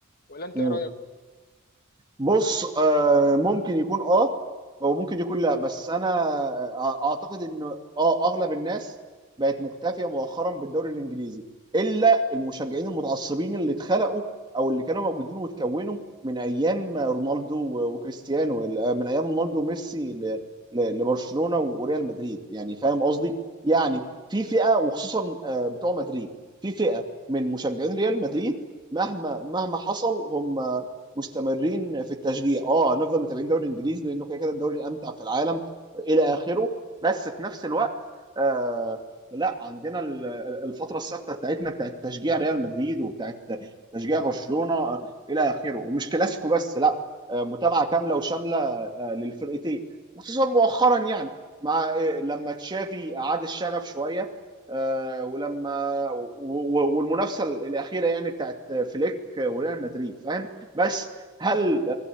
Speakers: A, on the left; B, on the right.
A: ولا انت
B: م-
A: ايه رايك؟
B: بص آه ممكن يكون اه وممكن يكون لا بس انا آه، اعتقد ان اه اغلب الناس بقت مكتفيه مؤخرا بالدوري الانجليزي الا المشجعين المتعصبين اللي اتخلقوا او اللي كانوا موجودين واتكونوا من ايام رونالدو و- وكريستيانو ال- آه، من ايام رونالدو وميسي ل- ل- لبرشلونه وريال مدريد يعني فاهم قصدي يعني في فئه وخصوصا آه، بتوع مدريد في فئه من مشجعين ريال مدريد مهما مهما حصل هم مستمرين في التشجيع اه هنفضل متابعين الدوري الانجليزي لانه كده كده الدوري الامتع في العالم الى اخره بس في نفس
A: مم.
B: الوقت آه لا عندنا ال- الفتره الثابته بتاعتنا بتاعت تشجيع ريال مدريد وبتاعت تشجيع برشلونه آه، الى اخره ومش كلاسيكو بس لا آه متابعه كامله وشامله آه للفرقتين وخصوصا مؤخرا يعني مع آه، لما تشافي اعاد الشغف شويه آه ولما و- و- والمنافسه الاخيره يعني بتاعت فليك وريال مدريد فاهم بس هل
A: مم.